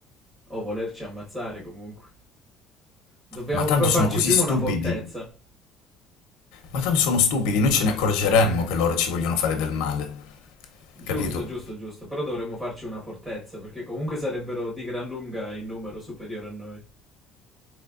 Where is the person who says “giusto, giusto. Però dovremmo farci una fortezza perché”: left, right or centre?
Right